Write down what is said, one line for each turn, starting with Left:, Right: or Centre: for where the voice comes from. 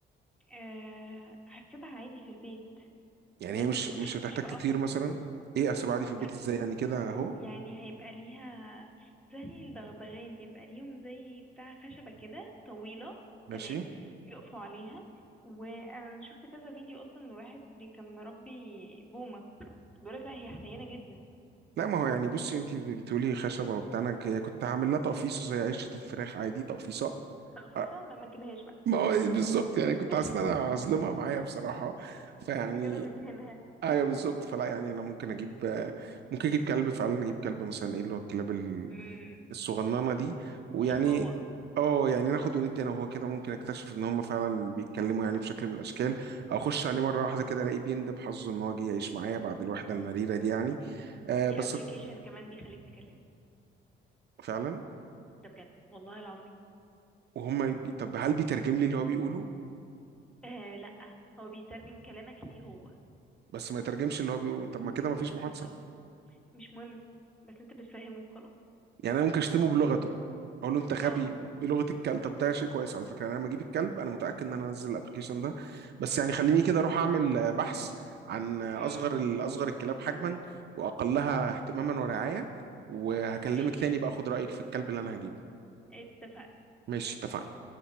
Centre: أه هتسيبها عادي في البيت
Right: يعني
Centre: تمام
Right: هي مش
Centre: مش
Right: مش
Centre: هت-
Right: هتحتاج
Centre: مش في
Right: تطير
Centre: قفص
Right: مثلا ايه اسيب عادي في البيت
Centre: لا
Right: ازاي يعني كده اهو
Centre: يعني هيبقى ليها زي البغبغان بيبقى ليهم زي بتاع خشبة كده طويلة
Right: ماشي
Centre: تمام يقفوا عليها وانا شفت كذا فيديو اصلا لواحد بي- كان مربي بومة بيقولك لا هي حنينة جدا
Right: لا ما هو يعني بصي انت بتقولي خشبه وبتاع انا ك- كنت هعمل لها تقفيصه زي عشه الفراخ عادي تقفيصه
Centre: تقفيصة
Right: أه،
Centre: لا ما تجيبهاش بقى
Right: ما هو إيه بالظبط يعني كنت
Centre: <laughs>
Right: حاسس ان انا هظلمها معايا بصراحه فيعني
Centre: انت كده بتهنها
Right: ايوه بالظبط فلا يعني انا ممكن اجيب ممكن اجيب كلب فعلا اجيب كلب مثلا ايه اللي هو الكلاب ال-
Centre: امم
Right: الصغننه دي ويعني
Centre: شواوا
Right: اه يعني ناخد وندي انا وهو كده ممكن اكتشف ان هم فعلا بيتكلموا يعني بشكل من الاشكال او اخش عليه مره واحده كده الاقيه بيندب حظه ان هو جه يعيش معايا بعد الوحده المريره دي يعني آه
Centre: في
Right: بس
Centre: ابلكيشن كمان بيخليك تكلمه
Right: فعلا
Centre: ده بجد والله العظيم
Right: وهم يبي... طب هل بيترجم لي اللي هو بيقوله
Centre: آه لا هو بيترجم كلامك ليه هو
Right: بس ما يترجمش اللي هو بيقوله طب ما كده ما فيش محادثه
Centre: بالظبط مش مهم بس انت بتفهمه وخلاص
Right: يعني انا ممكن اشتمه بلغته اقول له انت غبي
Centre: اه
Right: بلغه الكلب طب ده شيء كويس على فكره يعني انا لما اجيب الكلب انا متاكد ان انا انزل الابلكيشن ده بس يعني خليني كده اروح اعمل آه، بحث عن آه،
Centre: امم
Right: اصغر ال- اصغر الكلاب حجما واقلها اهتماما ورعايه وهكلمك
Centre: ماشي
Right: تاني بقى اخد رايك في الكلب اللي انا هجيبه
Centre: اتفقنا
Right: ماشي اتفقنا